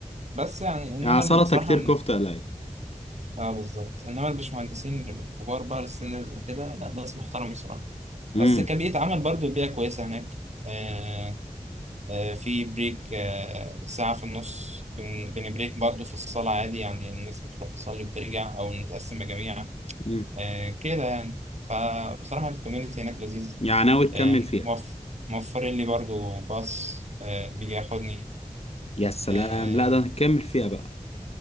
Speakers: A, on the right (about 55°); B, on the left (about 50°).
A: بس يعني انما
B: يعني
A: ال-
B: سلطة
A: بصراحه
B: كتير كفتة قليل
A: اه بالظبط انما الباشمهندسين الكبار بقى السينيورز وكده لا ناس محترمه بصراحه
B: امم
A: بس كبيئة عمل برضو البيئة كويسة هناك آه آه، في بريك آه، ساعة في النص بن- بنبريك برضه في الصلاة عادي يعني الناس بتروح تصلي وبترجع أو نتقسم مجاميع
B: امم
A: آه، كده يعني فبصراحة الكوميونتي هناك لذيذ
B: يعني ناوي تكمل
A: آه،
B: فيها
A: موف- موفرين لي برضه باص آه، بيجي ياخدني
B: يا سلام
A: آه،
B: لا ده هتكمل فيها بقى